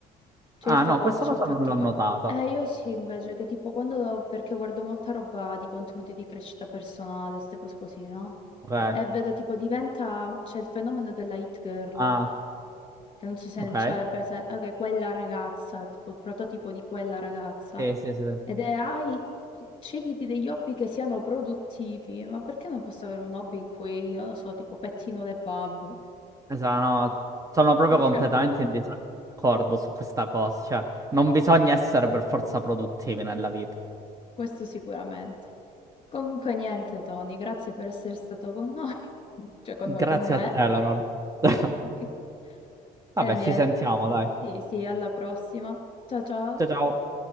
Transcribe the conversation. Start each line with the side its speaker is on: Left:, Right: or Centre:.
Left: Cioè,
Right: Ah,
Left: io sta
Right: no,
Left: cosa
Right: questa
Left: ci
Right: cosa
Left: ha fatto...
Right: non l'ho
Left: co-
Right: notata.
Left: Eh, io sì, invece, che tipo quando... Perché guardo molta roba di contenuti di crescita personale, queste cose così, no?
Right: Ok.
Left: E vedo tipo diventa... C'è il fenomeno della hit girl,
Right: Ah,
Left: che non so se
Right: ok.
Left: ne c'è presente... Ok, quella ragazza, tipo il prototipo di quella ragazza.
Right: Sì, sì, sì.
Left: Ed è, hai... Scegliti degli hobby che siano produttivi, ma perché non posso avere un hobby in cui, non lo so, tipo pettino le bambole?
Right: Esatto, no, sono proprio
Left: <laughs>
Right: completamente in disaccordo su questa cosa. Cioè, non bisogna essere per forza produttivi nella vita.
Left: questo sicuramente. Comunque niente, Tony, grazie per essere stato con noi, <laughs> cioè con
Right: Grazie
Left: noi, con me.
Right: a te, Eleanor. <laughs>
Left: <laughs>
Right: Vabbè,
Left: E niente,
Right: ci sentiamo, dai.
Left: sì, sì, alla prossima. Ciao ciao.
Right: Ciao, ciao.